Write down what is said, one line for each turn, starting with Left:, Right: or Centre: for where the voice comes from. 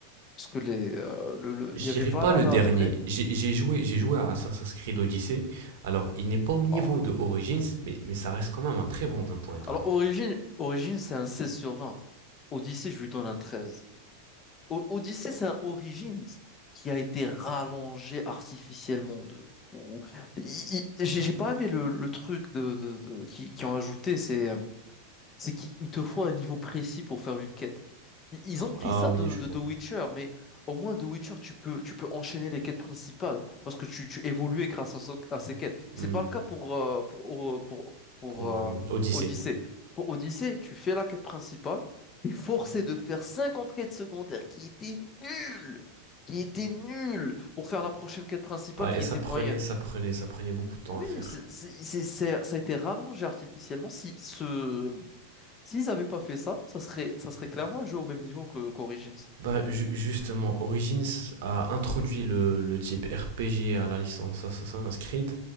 Left: Parce que les, euh, le, le-
Right: Je
Left: il y avait
Right: dirais
Left: Valhalla
Right: pas le dernier.
Left: après.
Right: J'ai j'ai joué, j'ai joué à Assassin's Creed Odyssey. Alors, il n'est pas au niveau
Left: Oh,
Right: de Origins, mais, mais ça reste quand même un très bon jeu, pour être
Left: Alors
Right: honnête.
Left: Origins, Origins c'est un 16 sur 20. Odyssey, je lui donne un 13. O- Odyssey, c'est un Origins qui a été rallongé artificiellement de fou. Il- il- J'ai j'ai pas aimé le, le truc de, de- de- qui, qui ont ajouté, c'est euh, c'est qu'ils te font un niveau précis pour faire une quête. Ils ils ont pris
Right: Ah
Left: ça
Right: oui,
Left: de,
Right: je
Left: de
Right: vois.
Left: The Witcher, mais au moins The Witcher, tu peux, tu peux enchaîner les quêtes principales parce que tu, tu évolues grâce à, ce- à ces quêtes. C'est
Right: Hmm.
Left: pas le cas pour, euh, pour, O- pour, pour,
Right: Pour
Left: euh,
Right: euh, Odyssey.
Left: Odyssey. Pour Odyssey, tu fais la quête principale, t'es forcé de faire 50 quêtes secondaires qui étaient nulles, qui étaient nulles pour faire la prochaine quête principale
Right: Ouais,
Left: qui
Right: ça
Left: était
Right: prenait,
Left: moyenne.
Right: ça prenait, ça prenait beaucoup de temps
Left: Oui,
Right: à faire.
Left: c'est, c'est, c'est- c'est- ça a été rallongé artificiellement. Si ce, s'ils n'avaient pas fait ça, ça serait, ça serait clairement un jeu au même niveau que qu'Origins.
Right: Bah, ju- justement, Origins a introduit le, le type RPG à la licence Assassin's Creed